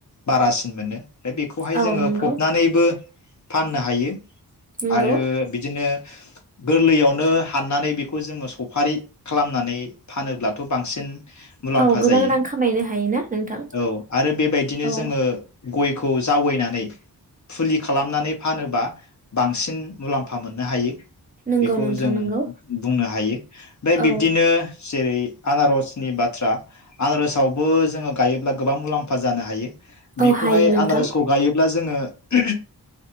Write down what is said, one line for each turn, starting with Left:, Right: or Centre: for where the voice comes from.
Left: बारासिन मोनो बेखौहाय
Right: औ
Left: जोङो
Right: नंगौ
Left: फबनानैबो फाननो हायो
Right: नंगौ
Left: आरो बिदिनो गोरलैयावनो हाननानै बेखौ जोङो सफारि खालामनानै फानोब्लाथ' बांसिन मुलाम्फा
Right: औ गोबां
Left: जायो
Right: रां खामायनो हायोना नोंथां
Left: औ आरो बेबायदिनो
Right: औ
Left: जोङो गयखौ जावै फैनानै फुलि खालामनानै फानोबा बांसिन मुलाम्फा मोननो हायो
Right: नंगौ
Left: बेखौ
Right: नोंथां
Left: जों
Right: नंगौ
Left: बुंनो हायो ओमफाय
Right: औ
Left: बिब्दिनो जेरै आनारसनि बाथ्रा आनारसआव बो जोङो गायोब्ला गोबां मुलाम्फा जानो हायो
Right: औ
Left: बेखौहाय
Right: हायो नोंथां
Left: आनारसखौ गायो ब्ला जोङो